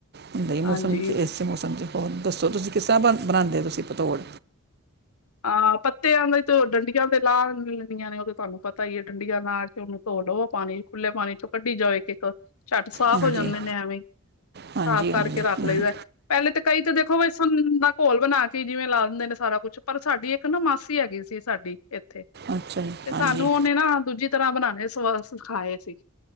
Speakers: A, on the right; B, on the left.
A: ਹੁੰਦਾ ਈ
B: ਹਾਂਜੀ
A: ਮੌਸਮ 'ਚ ਏਸ ਮੌਸਮ 'ਚ। ਹੁਣ ਦੱਸੋ ਤੁਸੀ ਕਿਸਰ੍ਹਾਂ ਬਣ ਬਨਾਂਦੇ ਓ ਤੁਸੀ ਪਤੋੜ।
B: ਆਂ ਪੱਤੇਆਂ ਦਾ ਈ ਤੇ ਓ ਡੰਡੀਆਂ ਤੇ ਲਾ ਨੀਐ ਨੇ ਓ ਤੇ ਤੁਆਨੂੰ ਪਤਾ ਈ ਏ ਡੰਡੀਆਂ ਲਾ ਕੇ ਓਨੂੰ ਧੋ ਲਵੋ, ਪਾਣੀ ਖੁੱਲੇ ਪਾਣੀ 'ਚੋਂ ਕੱਢੀ ਜਾਓ ਏੱਕ-ਏੱਕ। ਝੱਟ ਸਾਫ਼
A: ਹਾਂਜੀ
B: ਹੋ ਜਾਂਦੇ ਨੇ ਐਵੇਂ ਈ।
A: ਹਾਂਜੀ
B: ਸਾਫ਼
A: ਹਾਂਜੀ
B: ਕਰਕੇ ਰੱਖ
A: ਹਮ,
B: ਲਈਦੈ, ਪੈਲੇ ਤੇ ਕਈ ਤੇ ਦੇਖੋ ਬਈ <unintelligible> ਘੋਲ ਬਣਾ ਕੇ ਜਿਵੇਂ ਲਾ ਦਿੰਦੇ ਨੇ ਸਾਰਾ ਕੁੱਛ ਪਰ ਸਾਡੀ ਏੱਕ ਨਾ ਮਾਸੀ ਹੈਗੀ ਸੀ ਸਾਡੀ ਏੱਥੇ
A: ਅੱਛਾ ਜੀ
B: ਤੇ ਸਾਨੂੰ
A: ਹਾਂਜੀ
B: ਓਨੇ ਨਾ ਦੂਜੀ ਤਰ੍ਹਾਂ ਬਨਾਣੇ ਸਵਾ ਸਿਖਾਏ ਸੀ।